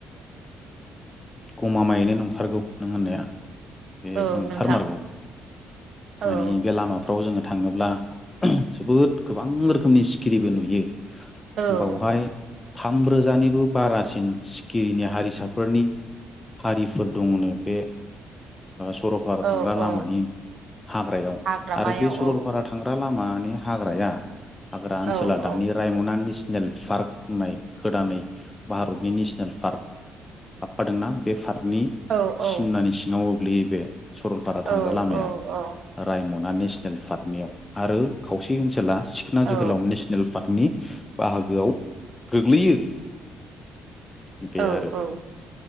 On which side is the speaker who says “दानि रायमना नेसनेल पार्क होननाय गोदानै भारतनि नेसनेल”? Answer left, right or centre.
Left